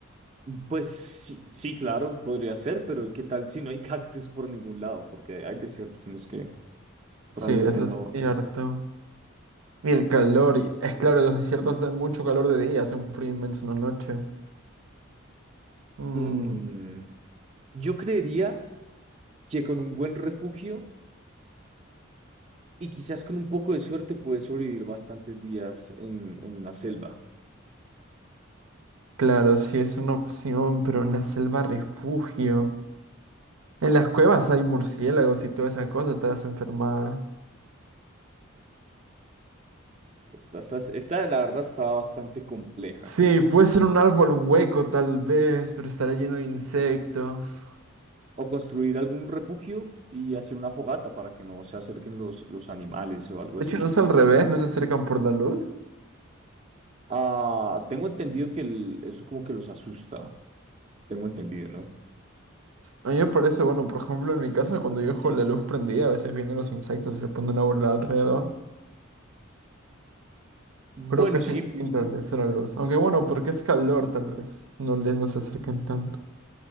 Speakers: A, on the right (about 30°); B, on the right (about 85°).
A: Pues sí, sí, claro, podría ser, pero ¿y ¿qué tal si no hay cactus por ningún lado? Porque hay desiertos en los que realmente
B: Sí, eso
A: no.
B: es cierto. Y el calor, y- es claro, los desiertos hacen mucho calor de día, hace un frío inmenso en la noche. Mm,
A: Mm, yo creería que con un buen refugio y quizás con un poco de suerte puedes sobrevivir bastantes días en, en la selva.
B: claro, sí es una opción, pero en la selva refugio. En las cuevas hay murciélagos y toda esa cosa, te vas a enfermar.
A: Esta, esta, esta, la verdad, estaba bastante compleja.
B: Sí, puede ser un árbol hueco tal vez, pero estará lleno de insectos.
A: O construir algún refugio y hacer una fogata para que no se acerquen los, los animales o algo
B: De
A: así.
B: hecho, no es al revés, no se acercan por la luz.
A: Ah, tengo entendido que el- eso como que los asusta. Tengo entendido, ¿no?
B: A mí me parece, bueno, por ejemplo, en mi casa, cuando yo dejo la luz prendida, a veces vienen los insectos y se ponen a volar alrededor.
A: Bueno,
B: Creo que es
A: sí,
B: instinto al verse la luz. Aunque bueno, porque es calor, tal vez. No les no se acerquen tanto.